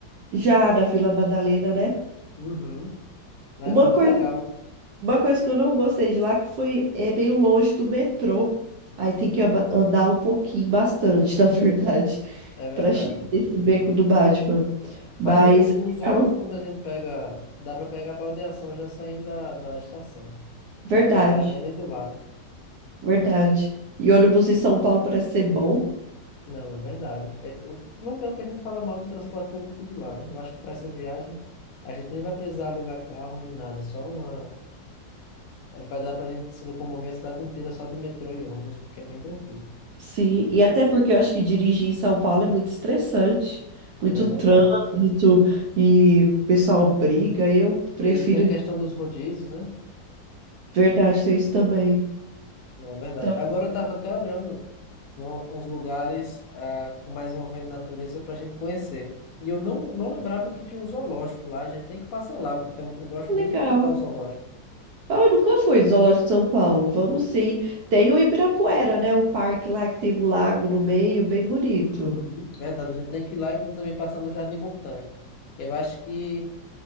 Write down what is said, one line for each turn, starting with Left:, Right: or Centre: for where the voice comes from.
Right: Já na Vila Madalena, né?
Left: Uhum. Lá
Right: Uma
Left: é muito
Right: coisa
Left: legal,
Right: Uma coisa que eu não gostei de lá que foi é meio longe do metrô. Aí tem que ama- andar um pouquinho, bastante, na verdade, <laughs>
Left: é verdade.
Right: para chegar nesse beco do Batman. Mas
Left: Mas eu-
Right: é
Left: os ônibus,
Right: legal,
Left: quando a gente pega, dá para pegar a baldeação já saindo da, da estação.
Right: verdade,
Left: Aí para bem ali do lado.
Right: verdade. E ônibus em São Paulo parece ser bom.
Left: Não, é verdade. É, eu- não tem o que a gente falar mal do transporte público de lá, né? Eu acho que para essa viagem a gente nem vai precisar alugar carro nem nada, só uma Acho que Vai dar pra gente se locomover a cidade inteira só de metrô e ônibus, porque é bem tranquilo.
Right: Sim, e até porque eu acho que dirigir em São Paulo é muito estressante, muito
Left: Não é verdade.
Right: trânsito e o pessoal briga. Eu prefiro
Left: E ainda tem a questão dos rodízios, né?
Right: verdade ter isso também.
Left: Não é verdade.
Right: Então,
Left: Agora eu estava até olhando um- uns lugares ah, mais envolvendo natureza para a gente conhecer. E eu não, não lembrava que tinha um zoológico lá. A gente tem que passar lá, porque tem- um, eu gosto
Right: legal.
Left: muito de visitar o zoológico.
Right: Ah, eu nunca fui no Zoológico de São Paulo. Vamos sim. Tem o Ibirapuera, né? O parque lá que tem um lago no meio, bem bonito.
Left: Uhum. Verdade, a gente tem que ir lá e ainda também passar no Jardim Botânico. Eu acho que